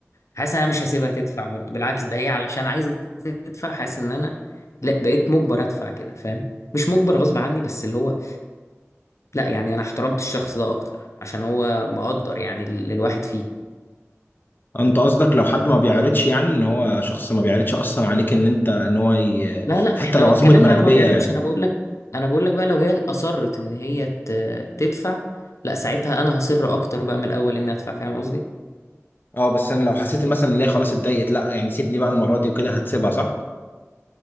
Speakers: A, on the left; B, on the left.
A: حاسس ان انا مش هسيبها تدفع برضو بالعكس ده هي علشان عايزه تدفع حاسس ان انا لا بقيت مجبر ادفع كده فاهم مش مجبر غصب عني بس اللي هو لا يعني انا احترمت الشخص ده اكتر عشان هو مقدر يعني ال- الواحد فيه
B: انت قصدك لو حد ما بيعرضش يعني ان هو شخص ما بيعرضش اصلا عليك ان انت ان هو ي...
A: لا لا
B: حتى
A: احنا
B: لو
A: اتكلمنا
B: عزومة مراكبية
A: على ما بيعرضش
B: يعني
A: انا بقول لك انا بقول لك بقى لو هي اصرت ان هي ت- تدفع لا ساعتها انا هصر اكتر بقى من الاول اني ادفع فاهم قصدي
B: اه بس انا لو حسيت إن مثلا ان هي خلاص اتضايقت لا يعني سيبني بقى المرة دي وكده هتسيبها صح؟